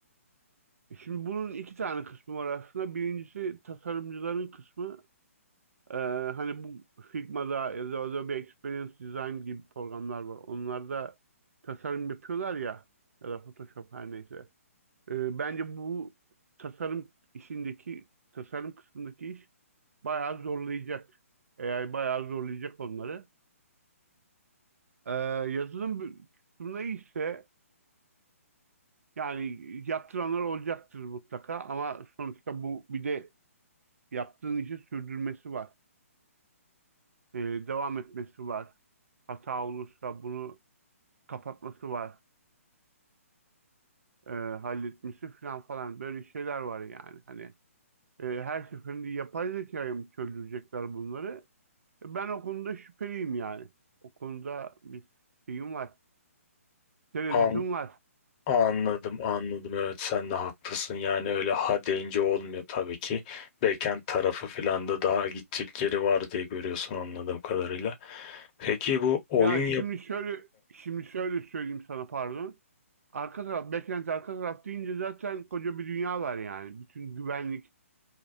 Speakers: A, on the right (about 70°); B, on the left (about 35°).
A: E Şimdi bunun iki tane kısmı var aslında. Birincisi tasarımcıların kısmı. Ee, hani bu Figma'da ya da Adobe Experience Design gibi programlar var. Onlarda tasarım yapıyorlar ya ya da Photoshop her neyse. Ee, bence bu tasarım işindeki tasarım kısmındaki iş bayağı zorlayacak. AI bayağı zorlayacak onları. Ee, yazılım bö- kısmında ise yani yaptıranlar olacaktır mutlaka ama sonuçta bu bir de yaptığın işi sürdürmesi var. Ee, devam etmesi var. Hata olursa bunu kapatması var, e, halletmesi falan falan böyle şeyler var yani. Hani e, her seferinde yapay zekaya mı çözdürecekler bunları? E, ben o konuda şüpheliyim yani. O konuda bir şeyim var, tereddütüm
B: An
A: var.
B: anladım anladım evet sen de haklısın yani öyle ha deyince olmuyor tabii ki backend tarafı falan da daha gidecek yeri var diye görüyorsun anladığım kadarıyla. Peki bu oyun
A: Ya şimdi
B: yap
A: şöyle şimdi şöyle söyleyeyim sana pardon. Arka taraf, backend arka taraf deyince zaten koca bir dünya var yani. Bütün güvenlikler